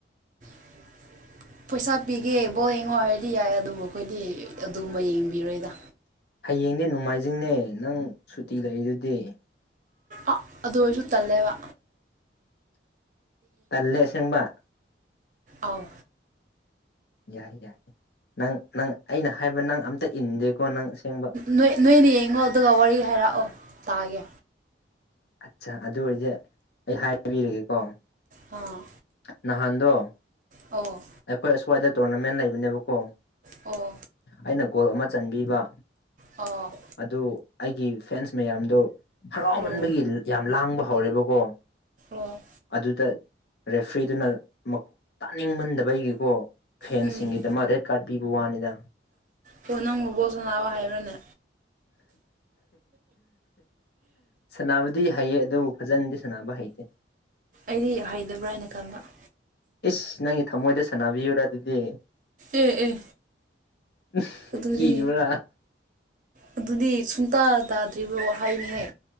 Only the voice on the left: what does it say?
ꯍꯌꯦꯡꯗꯤ ꯅꯣꯡꯃꯥꯏꯖꯤꯡꯅꯦ ꯅꯪ ꯁꯨꯇꯤ ꯂꯩꯏꯗꯨꯗꯤ
ꯇꯜꯂꯦ ꯑꯁꯦꯡꯕ
ꯌꯥꯏ ꯌꯥꯏ ꯅꯪ ꯅꯪ ꯑꯩꯅ ꯍꯥꯏꯕ ꯅꯪ ꯑꯝꯇ ꯏꯟꯗꯦꯀꯣ ꯅꯪ ꯑꯁꯦꯡꯕ
ꯑꯠꯆꯥ ꯑꯗꯨ ꯑꯣꯏꯔꯗꯤ ꯑꯩ ꯍꯥꯏꯕꯤꯔꯒꯦꯀꯣ
ꯅꯍꯥꯟꯗꯣ
ꯑꯩꯈꯣꯏ ꯑꯁ꯭ꯋꯥꯏꯗ ꯇꯣꯔꯅꯥꯃꯦꯟ ꯂꯩꯕꯅꯦꯕꯀꯣ
ꯑꯩꯅ ꯒꯣꯜ ꯑꯃ ꯆꯟꯕꯤꯕ
ꯑꯗꯨ ꯑꯩꯒꯤ ꯐ꯭ꯔꯦꯟꯁ ꯃꯌꯥꯝꯗꯣ ꯍꯔꯥꯎꯃꯟꯕꯒꯤ
ꯌꯥꯝ ꯂꯥꯡꯕ ꯍꯧꯔꯦꯕꯀꯣ
ꯑꯗꯨꯗ ꯔꯦꯐ꯭ꯔꯤꯗꯨꯅ ꯃꯛ ꯇꯥꯅꯤꯡꯃꯟꯗꯕ ꯑꯩ ꯑꯩꯒꯤꯀꯣ ꯐꯦꯟꯁꯤꯡꯒꯤꯗꯃꯛ
ꯔꯦꯠ ꯀꯥꯔꯠ ꯄꯤꯕ ꯋꯥꯅꯤꯗ
ꯁꯅꯥꯕꯨꯗꯤ ꯍꯩꯌꯦ ꯑꯗꯨꯕꯨ ꯐꯖꯅꯗꯤ ꯁꯥꯟꯅꯕ ꯍꯩꯇꯦ
ꯏꯁ ꯅꯪꯒꯤ ꯊꯃꯣꯏꯗ ꯁꯥꯟꯅꯕꯤꯌꯨꯔꯥ ꯑꯗꯨꯗꯤ
ꯎꯝ
ꯀꯤꯕ꯭ꯔ